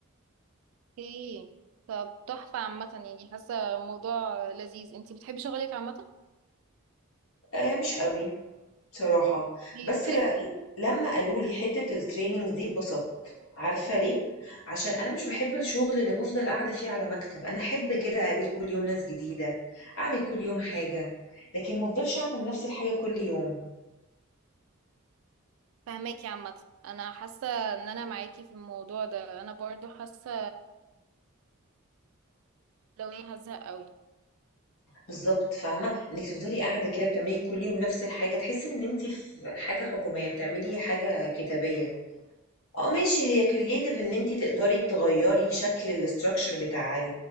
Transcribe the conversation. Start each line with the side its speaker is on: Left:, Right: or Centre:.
Right: اوكي طب تحفة عامة يعني حاسة موضوع لذيذ انتي بتحبي شغلك عامة <laughs>
Left: آآ مش أوي بصراحة،
Right: ليه
Left: بس
Right: طيب
Left: ل لمّا قالوا لي حتّة الtraining دي اتبسطت. عارفة ليه؟ عشان أنا مش باحب الشغل اللي بافضل قاعدة فيه على مكتب، أنا أحب كده أقابل كل يوم ناس جديدة، أعمل كل يوم حاجة، لكن ما افضلش أعمل نفس الحاجة كل يوم،
Right: فهماكي عامة انا حاسة ان انا معاكي في الموضوع ده انا برضو حاسة لو ايه هزهق قوي
Left: بالضبط فاهمة؟ إنِّك تفضلي قاعدة كده بتعملي كل يوم نفس الحاجة، تحسي إن أنتِ في حاجة حكومية، بتعملي حاجة كتابية. آه ماشي، هي creative إن أنتِ تقدري تغيّري شكل الstructure بتاع ال